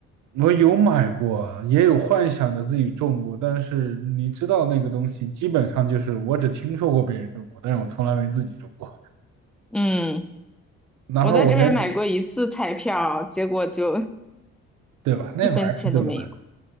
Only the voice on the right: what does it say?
我有买过，也有幻想着自己种过，但是你知道那个东西，基本上就是我只听说过别人种过，但是我从来没自己种过。
哪怕我连，
对吧？
那玩意儿，
对吧？